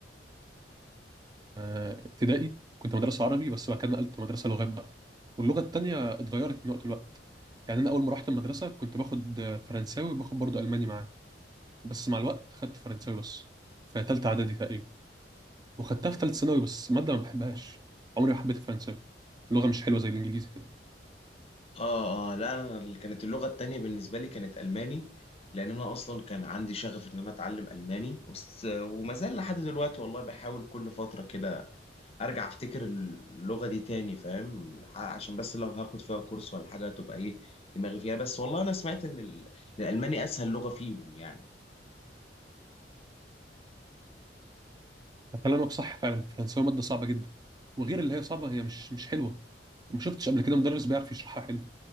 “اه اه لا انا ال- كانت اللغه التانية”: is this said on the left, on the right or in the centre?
Left